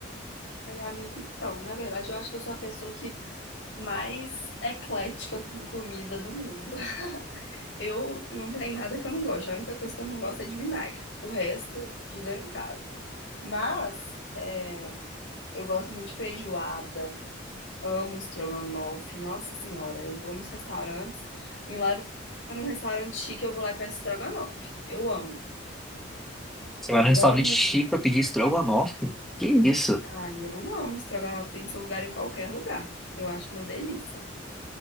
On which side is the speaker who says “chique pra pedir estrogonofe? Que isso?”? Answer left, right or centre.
Centre